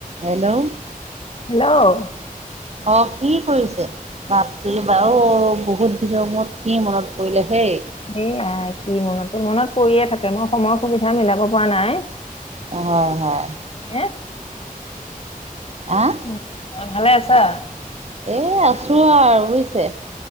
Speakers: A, on the right; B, on the left.
A: Hello!
B: Hello?
A: অ'! কি কৰিছে? বাপৰে বা অ'! বহুত বহুত দিনৰ মোৰত কি মনত পৰিলে হেই।
B: এ, আই কি মনত মনত পৰিয়ে থাকে! মই সময় সুবিধা মিলাব পৰা নাই।
A: অ'! হয়।
B: হে
A: আহ
B: <unintelligible> ভালে আছ ছা
A: এ আছো আৰু বুজিছে